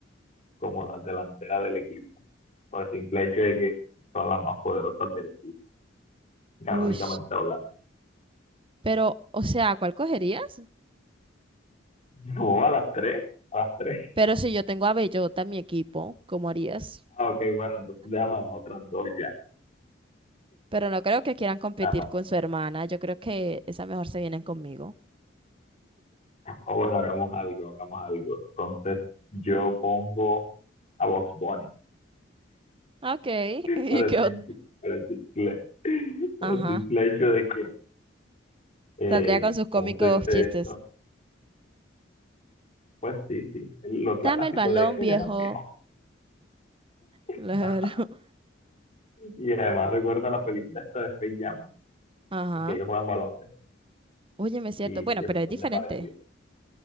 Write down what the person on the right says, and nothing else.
Uy.
Pero, o sea, ¿cuál cogerías?
Pero si yo tengo a Bellota en mi equipo, ¿cómo harías?
Pero no creo que quieran competir
con su hermana. Yo creo que esa mejor se vienen conmigo.
Ah, Ok. <laughs> Y
que...
ot-
Ajá.
Saldría con sus cómicos
chistes.
Dame el balón,
viejo.
Claro.
<laughs>
Ajá.
Óyeme, es cierto.
Bueno,
pero
es diferente.